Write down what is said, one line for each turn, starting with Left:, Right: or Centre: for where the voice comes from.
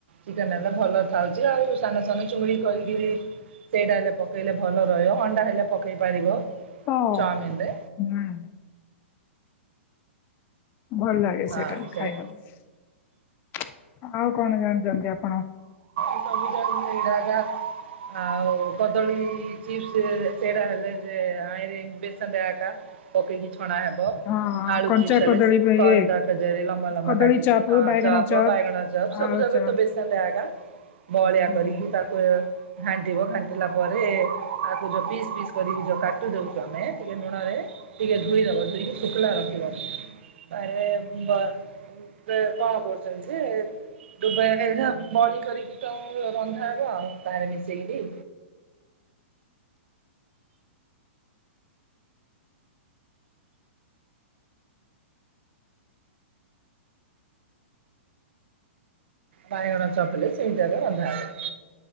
Right: ଚିକେନ ହେଲେ ଭଲ ଥାଉଛି ଆଉ। ସାନସାନ ଚୁଙ୍ଗୁଡ଼ି କରିକିରି ସେଇଟା ହେଲେ ପକେଇଲେ ଭଲ ରହିବ ଅଣ୍ଡା ହେଲେ ପକାଇ ପାରିବ।
Left: ଅ
Right: ଚାଉମିନରେ
Left: ହୁଁ। ଭଲ ଲାଗେ
Right: ହଁ
Left: ସେଇଟାରେ
Right: ସେଇଆ।
Left: ଖାଇବା ପାଇଁ ଆଉ କଣ ଜାଣିଛନ୍ତି ଆପଣ।
Right: <unintelligible> ଆଉ କଦଳୀ ଚିପ୍ସ ସେରା ହେଲେ ଯେ ଆଇରେ ବେସନ ହାକା। ପକେଇକି ଛଣା ହେବ।
Left: ହଁ,
Right: ଆଳୁ
Left: କଞ୍ଚା
Right: ଚିପ୍ସ ହେଲେ
Left: କଦଳୀ ବି
Right: କନ୍ଦା
Left: ଇଏ
Right: ଖଜୀର ଲମ୍ବା ଲମ୍ବା
Left: କଦଳୀ
Right: କାଟିକି
Left: ଚପ୍,
Right: ଅ
Left: ବାଇଗଣ
Right: ଚପ
Left: ଚପ୍,
Right: ବାଇଗଣ ଚପ ସବୁ
Left: ଆଳୁ
Right: ଜାଗ
Left: ଚପ୍।
Right: ତ ବେଶ ତାହାଲେ ହାକା ବହଳିଆ
Left: ହୁଁ
Right: କରିବି ତାକୁ ଘାଣ୍ଟିବ ଘାଣ୍ଟିଲା ପରେ ତାକୁ ଯୋଉ ପିସ୍ ପିସ୍ କରିକି ଯୋଉ କାଟି ଦଉଛୁ ଆମେ ଟିକେ ଲୁଣ ରେ ଟିକେ ଧୁଇ ଦବ ଧୁଇକି ଶୁଖଲା ରଖିବ ତାରେ ବ ସବୁ ସେଟ୍କଣ କରୁଛନ୍ତି ଯେ ଦୁବେ ଏ ବଳି କରିକି ତମର ରନ୍ଧା ହବ ଆଉ ତାରେ ମିଶେଇକିରି। ବାଇଗଣ ଚପ୍ ଲେ ସେମିତି ଆକା ରନ୍ଧା ହବ।